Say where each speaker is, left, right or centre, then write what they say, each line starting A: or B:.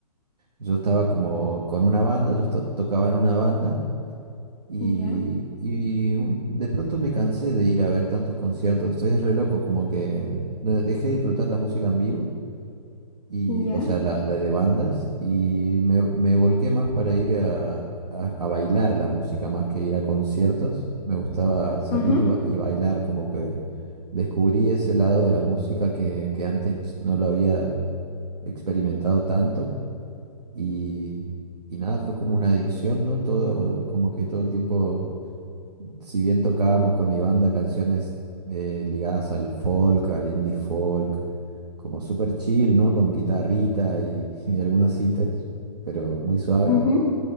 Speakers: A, on the right; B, on the left.
A: yo estaba como con una banda, yo esto- tocaba en una banda y,
B: Ya,
A: y un- de pronto me cansé de ir a ver tantos conciertos. Estoy es re loco, como que de- dejé de disfrutar la música en vivo, y,
B: ya.
A: o sea, la, la de bandas, y me, me volqué más para ir a, a- a bailar la música más que ir a conciertos. Me gustaba salir
B: ujú,
A: y, ba- y bailar, como que descubrí ese lado de la música que, que antes no lo había experimentado tanto y, y nada, fue como una adicción, ¿no? Todo, como que todo el tiempo, si bien tocábamos con mi banda canciones eh, ligadas al folk, al indie folk, como súper chill, ¿no? Con guitarrita y, <laughs> y algunos sintes, pero muy suave.
B: ujú.